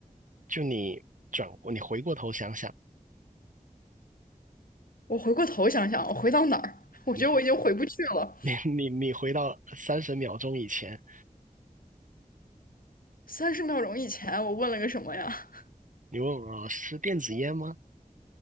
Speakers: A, on the right; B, on the left.
A: 就你转过，你回过头想想，
B: 我回过头想想，我回到哪儿？我觉得我已经回不去了。
A: 你回 <laughs> 你你你回到三十秒钟以前，
B: 三十秒钟以前我问了个什么呀？
A: 你问我是电子烟吗？